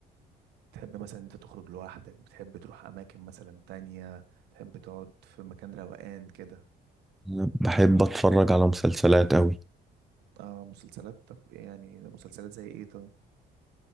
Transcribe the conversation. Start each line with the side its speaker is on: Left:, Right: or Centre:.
Right: بتحب مثلا انت تخرج لوحدك بتحب تروح اماكن مثلا تانية تحب تقعد في مكان روقان كده
Centre: يعني بحب أتفرج على مسلسلات قوي
Right: اه مسلسلات طب يعني مسلسلات زي ايه طب